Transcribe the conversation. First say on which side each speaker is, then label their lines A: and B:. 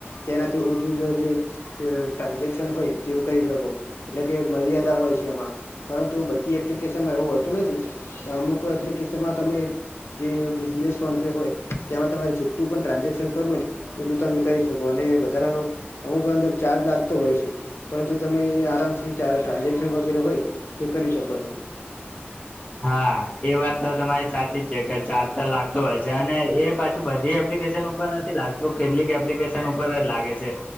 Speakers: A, on the left; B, on the left.
A: તેનાથી ઓછું જ જે તે ટ્રાન્ઝેક્શન હોય તેવું કરી શકો એટલે કે મર્યાદા હોય છે એમાં પરંતુ બધી એપ્લિકેશનમાં એવું હોતું નથી પણ અમુક એપ્લિકેશનમાં તમે કે બિઝનેસ ફોન પે હોય તેમાં તમારે જેટલું પણ ટ્રાન્ઝેક્શન કરવુ હોઈ એટલું તમે કરી શકો અને વધારાનો અમુક અંદર ચાર્જ લાગતો હોય છે. પરંતુ જો તમે એ આરામથી જ્યારે ટ્રાન્ઝેક્શન વગેરે હોય તે કરી શકો છો.
B: હા એ વાત તો તમારી સાચી જ છે કે ચાર્જે તો લાગતો હોય છે અને એ પાછું બધી એપ્લિકેશન ઉપર નથી લાગતો કેટલીક એપ્લિકેશન ઉપર લાગે છે.